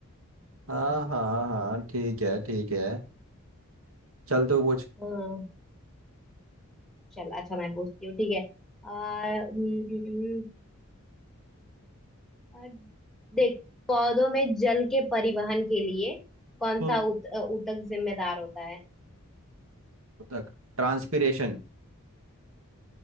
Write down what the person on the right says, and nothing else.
हाँ हाँ
हाँ ठीक है ठीक है चल तू पूछ
हम्म।
ऊतक ट्रांसपीरेशन